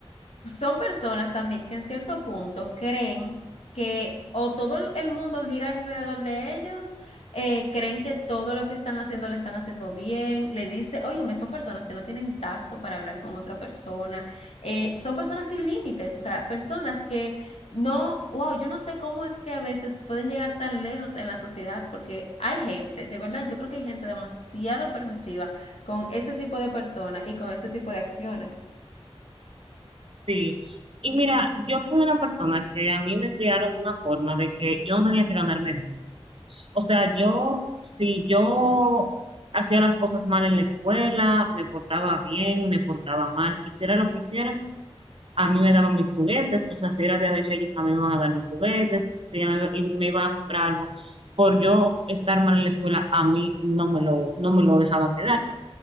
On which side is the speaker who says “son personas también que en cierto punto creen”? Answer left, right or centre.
Left